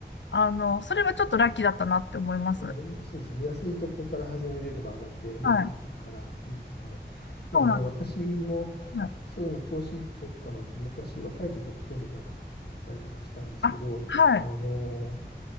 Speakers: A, on the left; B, on the left.
A: あの、それはちょっとラッキーだったなって思います。
B: なるほど。そうですね。安いとこから始めれば上がってね、
A: はい。
B: いくからいいですね。いやね、
A: そうなんです。
B: 私も
A: はい
B: そういうの投資とかのって昔若い時は興味があったりとかしたんですけど、
A: あ、はい。
B: あの、